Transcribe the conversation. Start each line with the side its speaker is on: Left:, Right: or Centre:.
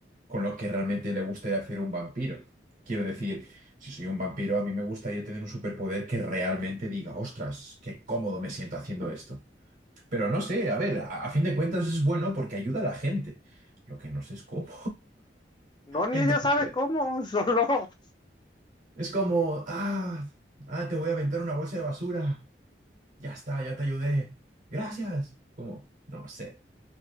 Right: con lo que realmente le gustaría hacer un vampiro. Quiero decir, si soy un vampiro, a mí me gustaría tener un superpoder que realmente diga, ostras, qué cómodo me siento haciendo esto. Pero no sé, a ver, a, a fin de cuentas es bueno porque ayuda a la gente. Lo que no sé es cómo.
Left: No, ni
Right: <laughs>
Left: ella sabe cómo, <laughs> solo
Right: Es como, ah, ah, te voy a aventar una bolsa de basura. Ya está, ya te ayudé. Gracias. Como, no sé.